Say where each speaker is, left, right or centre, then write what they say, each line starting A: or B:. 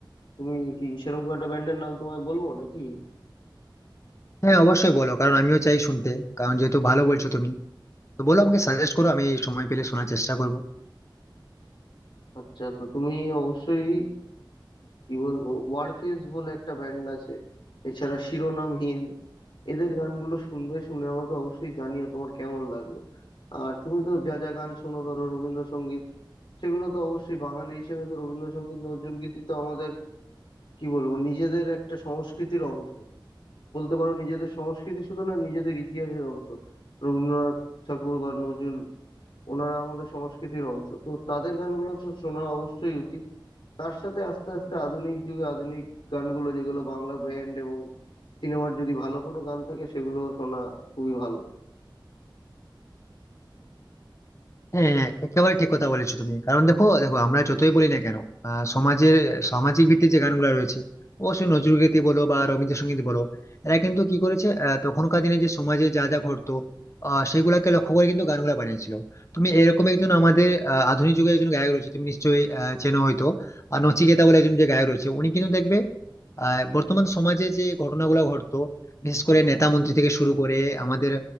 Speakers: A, on the left; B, on the left.
A: তুমি কি সেরকম কোনো একটা ব্যান্ডের নাম তোমায় বলবো নাকি
B: হ্যাঁ অবশ্যই বলো কারণ আমিও চাই শুনতে কারণ যেহেতু ভালো বলছো তুমি তো বলো আমাকে সাজেস্ট করো আমি সময় পেলে শোনার চেষ্টা করবো
A: আচ্ছা তো তুমি অবশ্যই কি বলবো ওয়ারফেজ বলে একটা ব্যান্ড আছে এছাড়া শিরোনামহীন এদের গানগুলো শুনবে শুনে আমাকে অবশ্যই জানিও তোমার কেমন লাগলো আর তুমি তো যা যা গান শোনো ধরো রবীন্দ্রসঙ্গীত সেগুলো তো অবশ্যই বাঙালি হিসেবে তো রবীন্দ্রসঙ্গীত নজরুলগীতি তো আমাদের কি বলবো নিজেদের একটা সংস্কৃতির অংশ বলতে পারো নিজেদের সংস্কৃতি শুধু না নিজেদের ইতিহাসের অংশ রবীন্দ্রনাথ ঠাকুর বা নজরুল ওনারা আমাদের সংস্কৃতির অংশ তো তাদের গানগুলো তো শোনা অবশ্যই উচিত তার সাথে আস্তে আস্তে আধুনিক যুগে আধুনিক গানগুলো যেগুলো বাংলা ব্যান্ড এবং সিনেমার যদি ভালো কোনো গান থাকে সেগুলো শোনা খুবই ভালো
B: হ্যাঁ হ্যাঁ, একেবারে ঠিক কথা বলেছো তুমি কারণ দেখো দেখো আমরা যতই বলি না কেন আহ, সমাজের সামাজিক ভিত্তিক যে গানগুলো রয়েছে অবশ্যই নজরুলগীতি বলো বা রবীন্দ্রসঙ্গীত বলো এরা কিন্তু কি করেছে আহ, তখনকার দিনে যে সমাজে যা যা ঘটতো আহ, সেগুলাকে লক্ষ্য করে কিন্তু গানগুলা বানিয়েছিল তুমি এরকম একজন আমাদের আহ, আধুনিক যুগে একজন গায়ক রয়েছে তুমি নিশ্চয়ই আহ, চেনো হয়তো আর নচিকেতা বলে একজন যে গায়ক রয়েছে উনি কিন্তু দেখবে আহ, বর্তমান সমাজে যে ঘটনাগুলো ঘটতো বিশেষ করে নেতা মন্ত্রী থেকে শুরু করে আমাদের